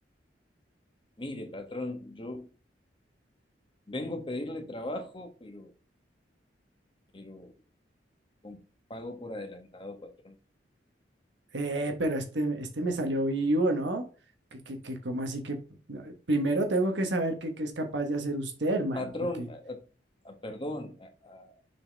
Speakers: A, on the left (about 30°); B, on the right (about 85°).
A: Mire, patrón, yo vengo a pedirle trabajo, pero, pero con pago por adelantado, patrón.
B: Eh, pero este, este me salió vivo, ¿no? Que, que, que, cómo así que primero tengo que saber qué qué es capaz de hacer usted, hermano,
A: Patrón,
B: porque,
A: a- a- a- perdón, a-